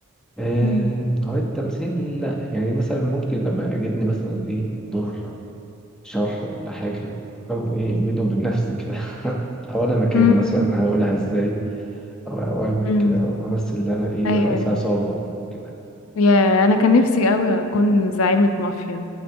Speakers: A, in the centre; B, on the left.
A: آه،
B: مم.
A: هو التمثيل لا يعني مثلا ممكن لما يعجبني مثلا ايه دور شر ولا حاجة أو ايه بيني وبين نفسي كده <laughs> لو أنا مكانه
B: امم
A: مثلا هقولها ازاي أو أو أعمل
B: امم
A: كده وأمثل إن أنا ايه
B: ايوه
A: رئيس
B: أيوة.
A: عصابة كده
B: يا انا كان نفسي قوي اكون زعيمة مافيا